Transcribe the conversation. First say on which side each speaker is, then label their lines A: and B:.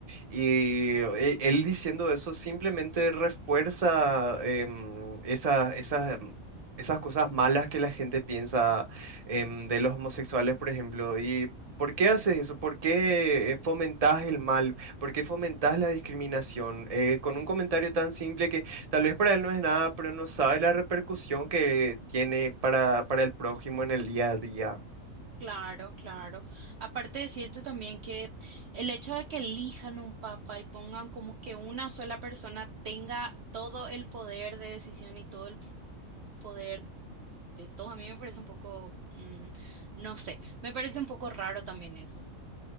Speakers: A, on the right; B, on the right.
A: Y e- él diciendo eso simplemente refuerza em, esa- esas, em, esas cosas malas que la gente piensa em, de los homosexuales, por ejemplo. ¿Y por qué haces eso? ¿Por qué eh, fomentás el mal? ¿Por qué fomentás la discriminación? Eh, con un comentario tan simple que Tal vez para él no es nada, pero no sabe la repercusión que tiene para, para el prójimo en el día a día.
B: Claro, claro. Aparte, siento también que el hecho de que elijan un papa y pongan como que una sola persona tenga todo el poder de decisión y todo el poder de todos. A mí me parece un poco, mm, no sé, me parece un poco raro también eso.